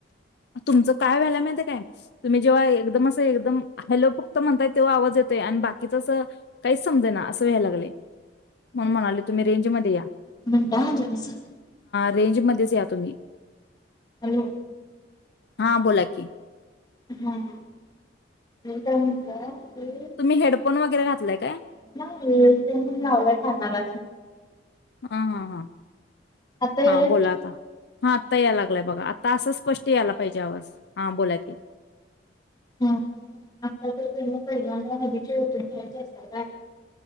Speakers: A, on the left (about 65°); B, on the left (about 25°).
A: तुमचं काय व्हायला माहिय काय तुम्ही, जेव्हा एकदम असं एकदम हॅलो फक्त म्हणताय तेव्हा आवाज येतोय आणि बाकीच असं काहीच समजे ना असं व्हय लागलेय. म्हणून म्हणाले तुम्ही रेंज मध्ये या.
B: मिनट हा जरासं
A: रेंज मध्येच या तुम्ही.
B: हॅलो.
A: हा बोला की
B: हम् हे काय म्हटलं की
A: तुम्ही हेडफोन वगैरे घातलाय का
B: नाही लावलाय कानाला
A: हा हा हा
B: आता
A: हा
B: याले
A: बोला आता हा आत्ता याय लागलाय बघा असं स्पष्ट यायला पाहिजे आवाज हा बोला की
B: हा आता तर पहिल्यांदा हदीचे उतून घ्यायचे असतात आहे